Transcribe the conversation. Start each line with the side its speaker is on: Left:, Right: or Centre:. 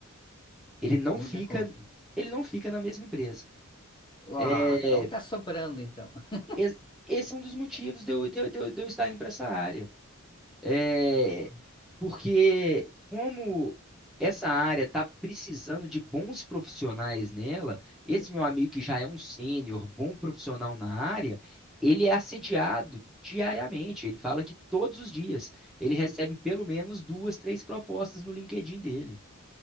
Centre: Ele não
Left: muda
Centre: fica,
Left: como assim?
Centre: ele não fica na mesma empresa.
Left: Ah,
Centre: É,
Left: então tá sobrando então. <laughs>
Centre: es- esse é um dos motivos de eu, de eu, de eu de eu estar indo para essa área. É,
Left: Nossa.
Centre: porque como essa área está precisando de bons profissionais nela, esse meu amigo que já é um sênior, bom profissional na área, ele é assediado diariamente. Ele fala que todos os dias ele recebe pelo menos duas, três propostas no LinkedIn dele.